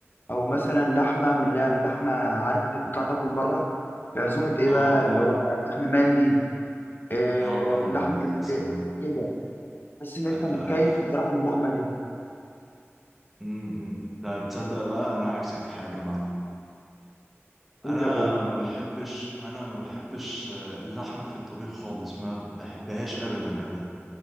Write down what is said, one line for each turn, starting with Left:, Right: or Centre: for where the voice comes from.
Left: أو مثلا لحمة من اللي هي اللحمة عارف أنت بتطلع تاكل بره في عزومة إيه
Centre: اه
Left: بقى
Centre: اه
Left: اللي هو لحم مندي آه
Centre: يا الله المندي
Left: اللحمة
Centre: يا سلام
Left: كده تحس إن
Centre: انت
Left: أنت متكيف
Centre: عارف
Left: الصراحة من اللحمة دي
Centre: امم لا تصدق بقى انا عكسك في حاجة يا معلم
Left: قول
Centre: انا
Left: يا بابا
Centre: ما بحبش انا ما بحبش آه، اللحمة في الطبيخ خالص ما بحبهاش ابدا ابدا